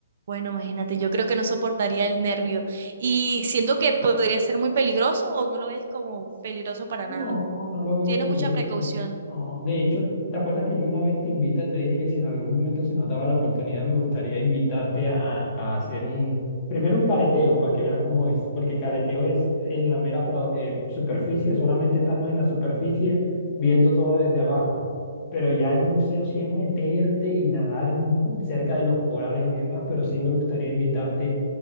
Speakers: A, on the right; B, on the left.
A: Bueno, imagínate, yo creo que no soportaría el nervio y siento que podría ser muy peligroso o no lo ves como peligroso para
B: No,
A: nada.
B: no no lo veo
A: Tiene
B: peligroso.
A: mucha precaución.
B: No, de hecho, ¿te acuerdas que yo una vez te invité, te dije que si en algún momento se nos daba la oportunidad, me gustaría invitarte a, a hacer un, primero un careteo para que veas cómo es, porque careteo es en la mera pro- eh, superficie, solamente estamos en la superficie viendo todo desde abajo, pero ya en buceo sí es meterte y nadar en- cerca de los corales y demás, pero sí me gustaría invitarte